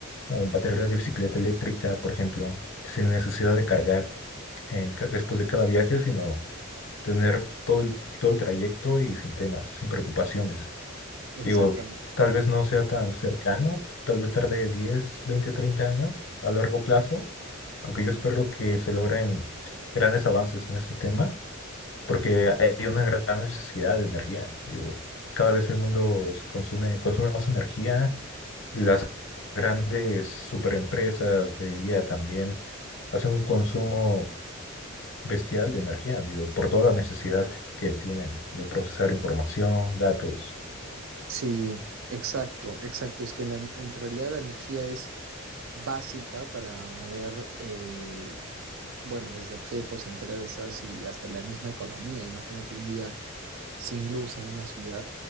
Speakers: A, on the left; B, on the right.
A: o baterías de bicicleta eléctrica, por ejemplo, sin necesidad de cargar en ca- después de cada viaje, sino tener todo el, todo el trayecto y sin temas, sin preocupaciones.
B: Exactamente.
A: Digo, tal vez no sea tan cercano, tal vez tarde 10, 20, 30 años a largo plazo, aunque yo espero que se logren grandes avances en este tema, porque hay una gran necesidad de energía. Digo, cada vez el mundo se consume, consume más energía las grandes superempresas de IA también hacen un consumo bestial de energía, digo, por toda la necesidad que tienen de procesar información, datos.
B: Sí, exacto, exacto. Es que la- en realidad la energía es básica para mover, eh, bueno, desde objetos, empresas y hasta la misma economía. Imagínate un día sin luz en una ciudad